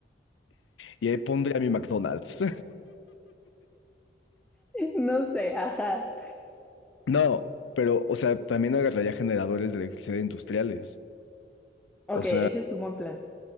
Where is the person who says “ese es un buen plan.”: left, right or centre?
Centre